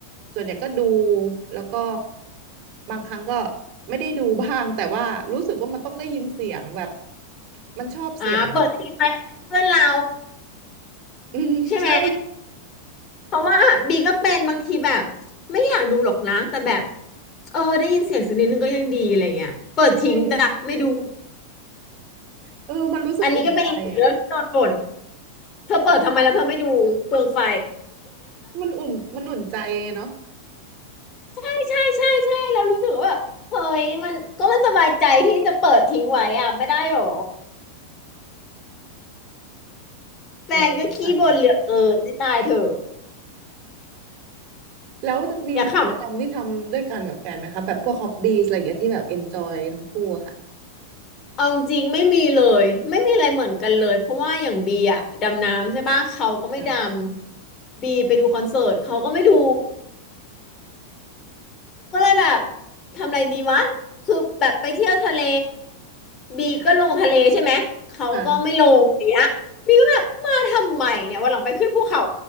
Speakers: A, on the right; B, on the left.
A: ส่วนใหญ่ก็ดูแล้วก็บางครั้งก็ไม่ได้ดูบ้างแต่ว่ารู้สึกว่ามันต้องได้ยินเสียงแบบมันชอบเสียง
B: อ่าเปิดทีไปเพื่อนเรา
A: อืมใช่
B: ใช่ไหมเพราะว่าบีก็เป็นบางทีแบบไม่อยากดูหรอกนะแต่แบบเออได้ยินเสียงสักนิดนึงก็ยังดีอะไรเงี้ยเปิดทิ้งจ้ะไม่ดู
A: ใช่เออมันรู้สึกอุ่นใจอะ
B: อันนี้ก็เป็นอีกหนึ่งเรื่องที่โดนบ่น เธอเปิดทำไมแล้วเธอไม่ดูเปลืองไฟ
A: มันอุ่นมันอุ่นใจเนาะ
B: <laughs> ใช่ใช่ใช่ใช่แล้วรู้สึกว่าแบบเฮ้ยมันก็มันสบายใจที่จะเปิดทิ้งไว้อ่ะไม่ได้หรอแฟนก็ขี้บ่นเหลือเกินที่ตายเถอะ
A: เราใส่ แล้วมีกิจกรรมที่ทำด้วยกันกับแฟนไหมคะแบบพวกฮอบบี้อะไรอย่างเงี้ยที่แบบเอนจอยทั้งคู่อะค่ะ
B: อย่าขำเอาจริงไม่มีเลยไม่มีอะไรเหมือนกันเลยเพราะว่าอย่างบีอะดำน้ำใช่ปะเขาก็ไม่ด
A: อ่า
B: ำบีไปดูคอนเสิร์ตเขาก็ไม่ดู ก็เลยแบบทำอะไรดีวะคือแบบไปเที่ยวทะเลบีก็ลงทะเลใช่ไหมเขาก็ไม่ลงอย่างเงี้ยบีก็แบบมาทำไมเนี่ยวันหลังไปขึ้นภูเขา
A: ค่ะ